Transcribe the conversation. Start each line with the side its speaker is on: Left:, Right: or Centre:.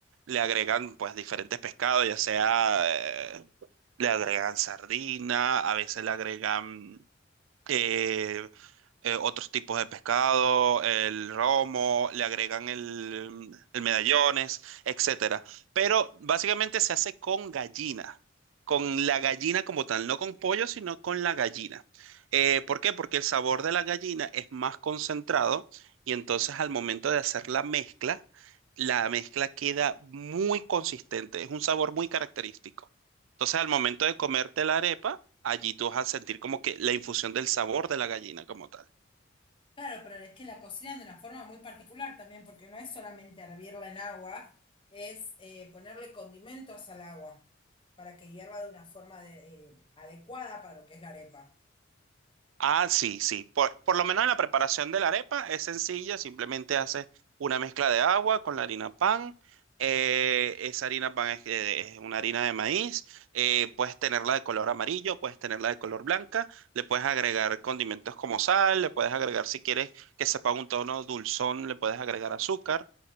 Right: le agregan pues diferentes pescados, ya sea, eh, le agregan sardina, a veces le agregan eh, eh, otros tipos de pescado, el romo, le agregan el, el medallones, etcétera. Pero básicamente se hace con gallina, con la gallina como tal, no con pollo, sino con la gallina. Eh, ¿por qué? Porque el sabor de la gallina es más concentrado y entonces al momento de hacer la mezcla, la mezcla queda muy consistente, es un sabor muy característico. Entonces, al momento de comerte la arepa, allí tú vas a sentir como que la infusión del sabor de la gallina como tal.
Left: Claro, pero es que la cocinan de una forma muy particular también, porque no es solamente hervirla en agua, es eh, ponerle condimentos al agua para que hierva de una forma de- eh, adecuada para lo que es la arepa.
Right: Ah, sí, sí. Por, por lo menos en la preparación de la arepa es sencilla, simplemente haces una mezcla de agua con la harina pan. Eh, esa harina pan es, eh, es una harina de maíz. Eh, puedes tenerla de color amarillo, puedes tenerla de color blanca. Le puedes agregar condimentos como sal, le puedes agregar si quieres que sepa un tono dulzón, le puedes agregar azúcar.